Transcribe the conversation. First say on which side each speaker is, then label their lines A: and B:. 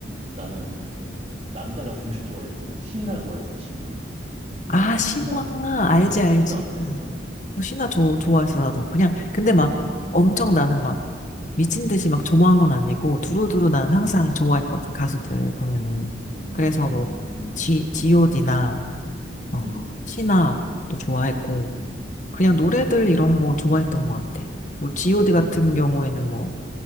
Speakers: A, on the right (about 35°); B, on the left (about 40°).
A: 나는 남자 가수를 <laughs> 좋아했거든? 신화 좋아했어, 신화.
B: 아, 신화.
A: 신화,
B: 알지,
A: 어,
B: 알지.
A: 신화 어땠어?
B: 어, 신화 좋 좋아했어, 나도. 그냥, 근데 막
A: 음,
B: 엄청 나는 막 미친 듯이 막 좋아한 건 아니고 두루두루 난 항상
A: 음,
B: 좋아했거든 가수들 보면은
A: 음,
B: 그래서 뭐 G, G.O.D나 어,
A: 음,
B: 신화도 좋아했고,
A: 음,
B: 그냥
A: 음,
B: 노래들 이런 거 좋아했던 것 같아. 뭐, G.O.D 같은
A: 음,
B: 경우에는 뭐,